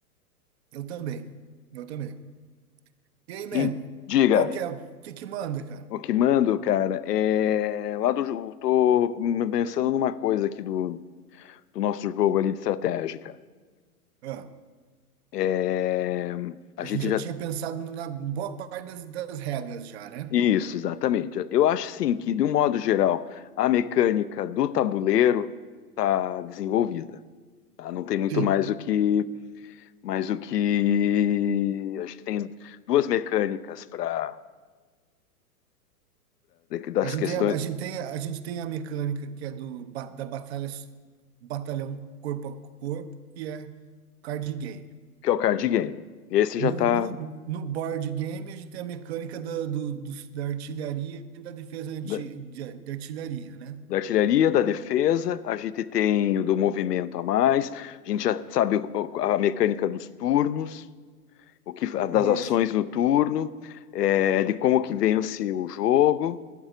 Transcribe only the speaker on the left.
E diga,
o que mando, cara, é. Lá do. jo- Tô pensando numa coisa aqui do, do nosso jogo ali de estratégia, cara.
É, a
gente
já
Isso, exatamente. Eu acho sim que, de um modo geral, a mecânica do tabuleiro está desenvolvida. tá? Não tem muito
mais o que, mais o que. Acho que tem duas mecânicas para das
questões
que é o card game. Esse já
está
da,
da artilharia, da defesa. A gente tem o do movimento a mais. A gente já sabe o- a mecânica dos turnos, o que das
ações no turno, é, de como que vence o jogo.